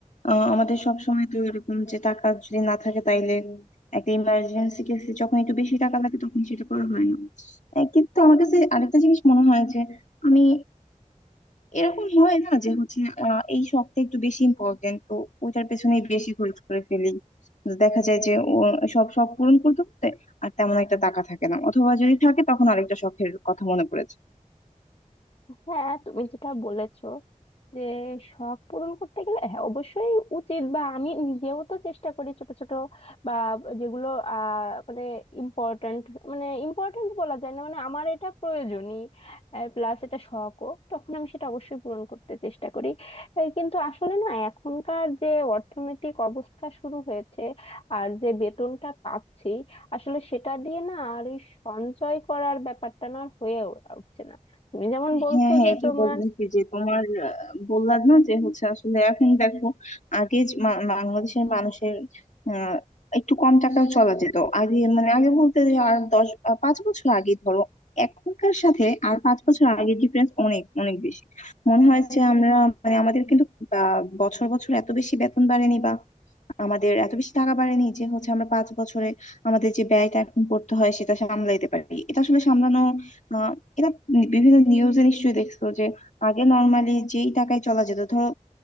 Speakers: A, on the left; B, on the left.
A: আহ, আমাদের সব সময় তো এরকম যে টাকা যদি না থাকে তাইলে একটা ইমার্জেন্সি কেসে যখন একটু বেশি টাকা লাগে তখন সেটা করা হয় না আহ, কিন্তু আমার কাছে আরেকটা জিনিস মনে হয় যে আমি এরকম হয় না যে হচ্ছে আহ, এই শখটা একটু বেশি ইম্পর্টেন্ট তো ওইটার পেছনেই বেশি খরচ করে ফেলি দেখা যায় যে ও সব শখ পূরণ করতে করতে আর তেমন একটা টাকা থাকে না অথবা যদি থাকে তখন আরেকটা শখের কথা মনে পড়ে যায়
B: হ্যাঁ তুমি যেটা বলেছো যে শখ পূরণ করতে গেলে হ্যাঁ অবশ্যই উচিত বা আমি নিজেও তো চেষ্টা করি ছোট ছোট বা যেগুলো আহ মানে ইম্পর্ট্যান্ট মানে ইম্পর্ট্যান্ট বলা যায় না মানে আমার এটা প্রয়োজনই প্লাস এটা শখও তখন আমি সেটা অবশ্যই পূরণ করতে চেষ্টা করি এই কিন্তু আসলে না এখনকার যে অর্থনৈতিক অবস্থা শুরু হয়েছে আর যে বেতনটা পাচ্ছি আসলে সেটা দিয়ে না আর ওই সঞ্চয় করার ব্যাপারটা না আর হয়ে উঠছে না তুমি যেমন বলছো
A: হ্যাঁ হ্যাঁ
B: যে
A: এটাই
B: তোমার
A: বলতেছি যে তোমার আহ, বললাম না যে হচ্ছে আসলে এখন দেখো আগে যে মা- বাংলাদেশের মানুষের আহ, একটু কম টাকাও চলা যেত আগে মানে আগে বলতে যে আর দশ আহ, পাঁচ বছর আগে ধরো এখনকার সাথে আর পাঁচ বছর আগের ডিফারেন্স অনেক অনেক বেশি মনে হয় যে আমরা মানে আমাদের কিন্তু আহ, বছর বছর এত বেশি বেতন বাড়েনি বা আমাদের এত বেশি টাকা বাড়েনি যে হচ্ছে আমরা পাঁচ বছরে আমাদের যে ব্যয়টা এখন করতে হয় সেটা সামলাইতে পারি এটা আসলে সামলানো আহ এটা বিভিন্ন নিউজে নিশ্চয়ই দেখছো যে আগে নর্মালি যেই টাকায় চলা যেত ধরো